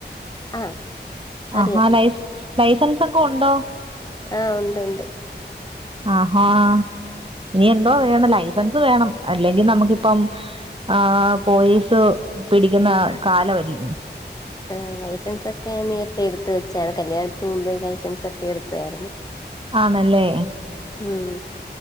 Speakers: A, on the left; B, on the right.
A: ആഹ് അറിയാം
B: ആഹ ലൈ ലൈസൻസൊക്കെ ഒണ്ടോ
A: ആഹ് ഒണ്ട് ഒണ്ട്
B: ആഹാ ഇനി എന്തോ വേണം ലൈ സൻസ് വേണം അല്ലെങ്കി നമുക്കിപ്പം ആ പോലീസ് പിടിക്കുന്ന കാലം അല്ലെ
A: ആ ലൈസൻസ് ഒക്കെ നീ എപ്പ എടുത്ത് വെച്ചാ കല്യാണത്തിന് മുമ്പേ <unintelligible> സൻസ് ഒക്കെ എടുത്താരുന്നു
B: ആണല്ലേ
A: ഉം